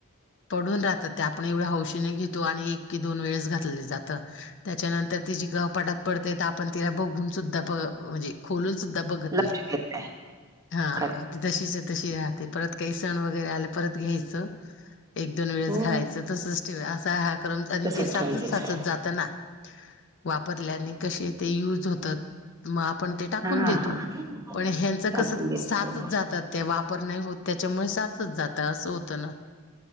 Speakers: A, on the left; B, on the right.
A: पडून राहतात ते आपण एवढ्या हौशीने घेतो, आणि एक की दोन वेळेस घातले जातं. त्याच्या नंतर ती जी कपाटात पडते तर आपण तिला बघून सुद्धा प अह म्हणजे खोलून सुद्धा बघत
B: लक्ष
A: नाही
B: देत नाही
A: हा
B: खर
A: ती तशीच तशी राहते परत काही सण वगैरे आले परत घ्यायचं एक दोन वेळेस
B: हो
A: घालायचं तसच ठेवा असा हा कर्म आणि
B: तसच
A: ते साचत
B: ठेवून द्यायचं
A: साचत जात ना वापरल्याने कसे ते युज होतात, मग आपण ते टाकून
B: हा
A: देतो, पण ह्यांच
B: टाकून
A: कस
B: देत
A: साचत जातात. त्या वापर नाही होत त्याच्यामुळे साचत जात असं होतं ना